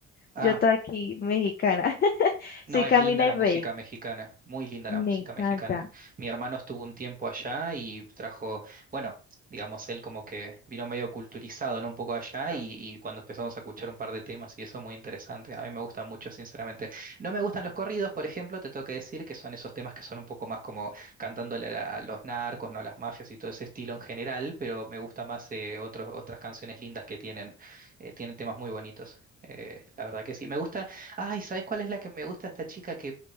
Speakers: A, on the right; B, on the left.
A: Ah.
B: Yo estoy aquí, mexicana. <laughs>
A: No,
B: soy
A: es
B: Camila
A: linda la
B: y Rey.
A: música mexicana, muy linda
B: Me
A: la música
B: encanta.
A: mexicana. Mi hermano estuvo un tiempo allá y trajo, bueno, digamos, él como que vino medio culturizado, ¿no? Un poco allá y, y cuando empezamos a escuchar un par de temas y eso muy interesante. A mí me gusta mucho, sinceramente. No me gustan los corridos, por ejemplo, te tengo que decir que son esos temas que son un poco más como cantándole a la- a los narcos, ¿no? A las mafias y todo ese estilo en general, pero me gusta más eh, otros, otras canciones lindas que tienen, eh, tienen temas muy bonitos. Eh, la verdad que sí. Me gusta Ay, ¿sabes cuál es la que me gusta esta chica que,